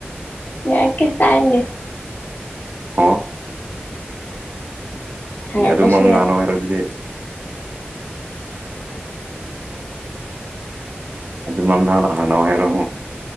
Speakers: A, on the left; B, on the right.
A: ꯌꯥꯀꯦ ꯇꯥꯅꯤꯡꯗꯦ꯫
B: ꯍꯥꯎ
A: ꯍꯥꯏꯔꯛꯇ꯭ꯔꯁꯨ
B: ꯑꯦ ꯑꯗꯨ ꯃꯔꯝ
A: ꯌꯥꯏ
B: ꯉꯥꯡꯔꫭ ꯍꯥꯏꯔꯣ ꯑꯗꯨꯗꯤ꯫ ꯑꯗꯨ ꯃꯔꯝꯗ ꯍꯥꯟꯅ ꯍꯥꯡꯅꯑꯣ ꯍꯥꯏꯔꯣ ꯃꯨꯛ꯫